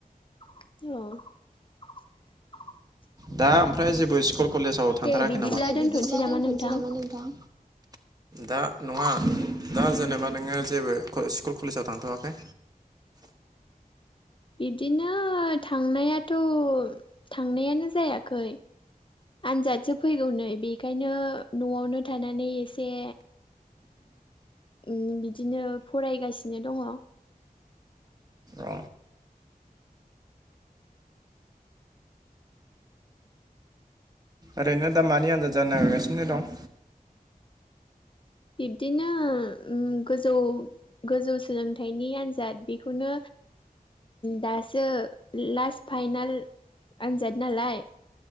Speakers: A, on the left (about 35°); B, on the right (about 25°).
A: अ
B: दा ओमफ्राय जेबो स्कुल कलेजाव थांथाराखै
A: दे बिदिब्ला
B: नामा? दे
A: दोनथ'नोसै
B: बिदिब्ला
A: नामा
B: दोनथ'नोसै
A: नोंथां
B: नामा नोंथां? दा नङा दा जेनेबा नोङो जेबो क <unintelligible> स्कुल कलेजाव थांथ'वाखै?
A: बिब्दिनो थांनायाथ' थांनायानो जायाखै आनजादसो फैगौ नै बेखायनो न'आवनो थानानै एसे उम बिदिनो फरायगासिनो दङ।
B: औ ओरैनो दा मानि आनजाद जानो नागिरगासिनो दं?
A: बिब्दिनो उम गोजौ गोजौ सोलोंथाइनि आन्जाद बेखौनो दासो लास्ट फाइनाल आनजाद नालाय